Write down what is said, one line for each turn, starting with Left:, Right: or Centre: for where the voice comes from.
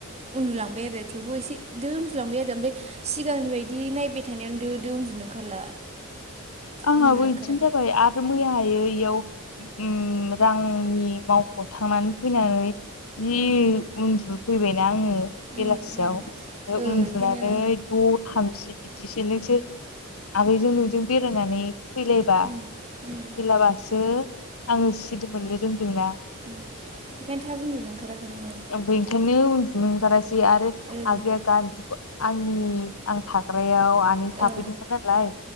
Right: उन्दुलांबाय आरो थेवबो एसे दो उन्दुलांबाय आरो ओमफ्राय सिगांनि बायदि नायबाय थानायावनो दो दो उन्दुनो ओंखारला।
Left: आंहाबो
Right: उन्दुनो
Left: बिदिनो
Right: ओंखाराखै
Left: जाबाय आरो मैया हायो इयाव उम रांनि मावख' थांनानै फैनानै जि
Right: उम
Left: उन्दुफैबायना आङो
Right: उम
Left: बेलासियाव।
Right: उम
Left: ओमफ्राय
Right: ओ
Left: उन्दुनानै
Right: बेखायनो
Left: द' थामजि बिदिसै नोंसोर आगैजों नोंजों बे- रायनानै फैलायबा
Right: उम उम
Left: बेलाबासो आङो सिरि मोननो रोंदोंना।
Right: उम बेखायनो उन्दुनो ओंखाराखै नोङो।
Left: बेनिखायनो उन्दुनो ओंखारासै आरो
Right: ओ
Left: आगैया गान्दुखो आंनि आं थाग्रायाव आनै थाफैदोंमोन
Right: औ
Left: नालाय।